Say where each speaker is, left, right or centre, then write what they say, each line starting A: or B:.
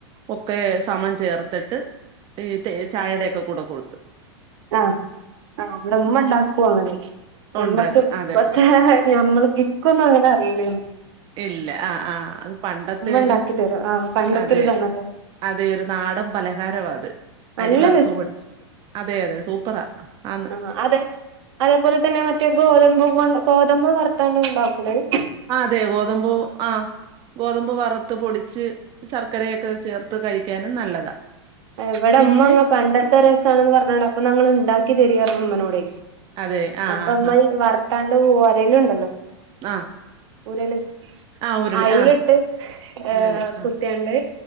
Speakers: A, on the right; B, on the right.
A: ഒക്കെ സമം ചേർത്ത്ട്ട് ഈ തേ ചായെടെക്കെ കൂടെ കൊട്ത്ത്
B: ആ ആ ഇവ്ടെമ്മണ്ടാക്കു അങ്ങനെ ഞമ്മക്ക്
A: ഉണ്ടാക്കും അതെ
B: പ്പത്തെ ഞമ്മള് ഇക്കൊന്നും അങ്ങനെ അറീല്ലേനി
A: ഇല്ല ആ ആ അത് പണ്ടത്തെ ഒര്
B: ഉണ്ടാക്കി തരും ആഹ് പണ്ടത്തെ
A: അതെ
B: ഒരു ഇതാണല്ലോ
A: അ തെ ഒര നാടൻ പലഹാരവാ അത്
B: നല്ല
A: അരി വറ്ത്ത് പൊടിച് അതെ അതെ സൂപ്പറാ ആന്ന്
B: ആ അതെ അതേപോലെ തന്നെ മറ്റേ ഗോതമ്പ് കൊണ്ട് ഗോതമ്പ് വർത്താണ്ട് ണ്ടാക്കൂലെ അത്
A: ആ അതെ ഗോതമ്പൂ ആ ഗോതമ്പ് വറ്ത്ത് പൊടിച്ച് ശർക്കരയൊക്കെ ചേർത്ത് കഴിക്കാനും നല്ലതാ
B: എ ഇവടെ
A: പിന്നെ
B: മ്മങ്ങ പണ്ടത്തെ രസാണ്ന്ന് പർഞ്ഞാണ്ട് അപ്പൊ ന്നാ ങ്ങള്ണ്ടാക്കി തരീർഞ്ഞു മ്മനോടെ
A: അതെ ആ
B: അപ്പം
A: ആ
B: മ്മയീ
A: ആ
B: വർത്താണ്ട് ഒരല്ണ്ടല്ലോ
A: ആ
B: ഉരല്
A: ആ ഉരുളി
B: അയ്ല്ട്ട്
A: ആ
B: ഏ
A: ഉരുളി ആ
B: കുത്ത്യാണ്ട്